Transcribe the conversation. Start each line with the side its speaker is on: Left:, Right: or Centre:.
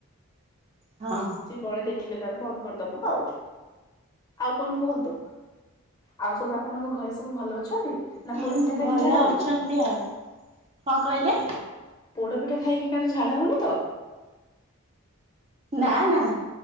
Right: ହଁ।
Left: ବଳେ ଦେଖିଲେ ତାର ବନ୍ଦ କରିଦବ ଆଉ। ଆଉ କଣ କୁହନ୍ତୁ ଆଉ ସବୁ ଆପଣଙ୍କ ଘରେ ସବୁ ଭଲ ଅଛନ୍ତି ନା
Right: ହୁଁ
Left: ପୋଡପିଠା ଖାଇକି
Right: ଭଲ
Left: ଝାଡା
Right: ଅଛନ୍ତି
Left: ହଉଛି?
Right: ଆଉ କଣ କହିଲେ?
Left: ପୋଡ ପିଠା ଖାଇକି କାହାର ଝାଡ଼ା ହଉନି ତ।
Right: ନା ନା